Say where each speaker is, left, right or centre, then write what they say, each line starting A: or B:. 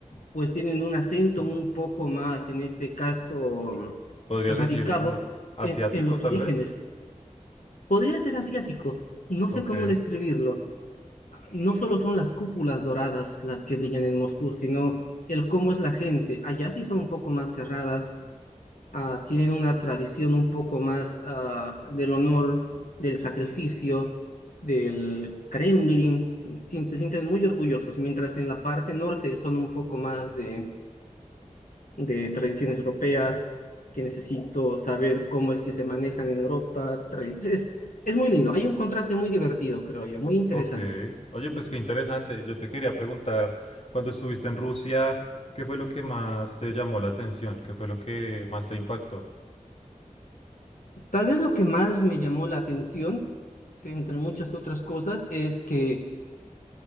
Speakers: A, on the left; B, on the left.
A: pues tienen un acento un poco más, en este caso,
B: Podrías
A: radicado
B: decir como asiático,
A: en, en los
B: tal
A: orígenes.
B: vez.
A: Podría ser asiático, no sé
B: Ok.
A: cómo describirlo. No solo son las cúpulas doradas las que brillan en Moscú, sino el cómo es la gente. Allá sí son un poco más cerradas, ah, tienen una tradición un poco más ah, del honor, del sacrificio, del Kremlin. Sien- Se sienten muy orgullosos, mientras en la parte norte son un poco más de de tradiciones europeas, que necesito saber cómo es que se manejan en Europa. tra- Es, es muy lindo, hay un contraste muy divertido, creo yo, muy interesante.
B: Ok. Oye, pues qué interesante. Yo te quería preguntar, cuando estuviste en Rusia, ¿qué fue lo que más te llamó la atención? ¿Qué fue lo que más te impactó?
A: Tal vez lo que más me llamó la atención, entre muchas otras cosas, es que